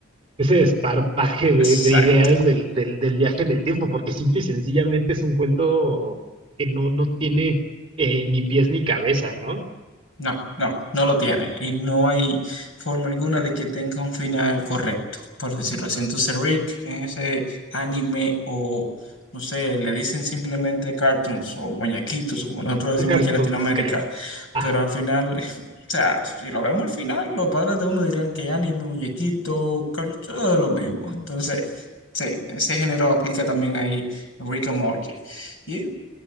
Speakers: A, on the right; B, on the left.
A: ese desparpaje de,
B: Exacto.
A: de ideas del, del, del viaje en el tiempo, porque simple y sencillamente es un cuento que no, no tiene eh, ni pies ni cabeza, ¿no?
B: No, no, no lo tiene. Y no hay forma alguna de que tenga un final correcto, por decirlo así. Entonces Rick en ese anime o, no sé, le dicen simplemente cartoons o muñequitos, como nosotros
A: Son
B: decimos
A: cartoons,
B: aquí en Latinoamérica,
A: creo. Ajá.
B: pero al final, <laughs> o sea, si lo vemos al final, los padres de uno dirían que anime, muñequito, cartoon, todo lo mismo. Entonces, sí, ese género aplica también ahí Rick and Morty. Y